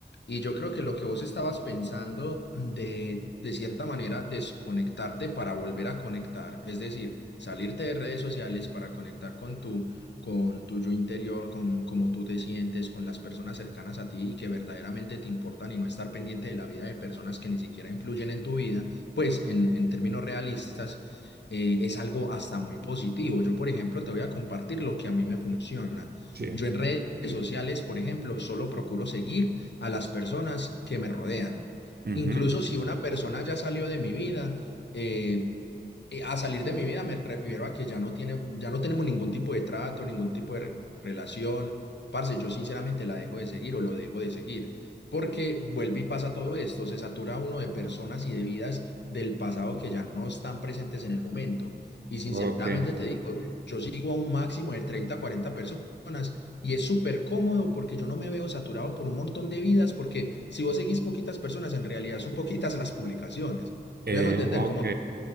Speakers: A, on the left; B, on the right.
A: Y yo creo que lo que vos estabas pensando de, de cierta manera, desconectarte para volver a conectar, es decir, salirte de redes sociales para conectar con tu, con tu yo interior, con cómo tú te sientes, con las personas cercanas a ti y que verdaderamente te importan y no estar pendiente de la vida de personas que ni siquiera influyen en tu vida, pues en, en términos realistas, eh, es algo hasta muy positivo. Yo, por ejemplo, te voy a compartir lo que a mí me funciona.
B: Sí.
A: Yo en redes sociales, por ejemplo, solo procuro seguir a las personas que me rodean.
B: Ujú.
A: Incluso si una persona ya salió de mi vida, eh, eh, a salir de mi vida me refiero a que ya no tiene, ya no tenemos ningún tipo de trato, ningún tipo de re- relación. Parce, yo sinceramente la dejo de seguir o lo dejo de seguir, porque vuelve y pasa todo esto, se satura uno de personas y de vidas del pasado que ya no están presentes en el momento. Y sinceramente
B: Ok.
A: te digo, yo sigo a un máximo de 30, 40 personas y es súper cómodo porque yo no me veo saturado por un montón de vidas, porque si vos seguís poquitas personas, en realidad son poquitas las publicaciones. Si
B: Eh,
A: me hago entender,
B: ok.
A: como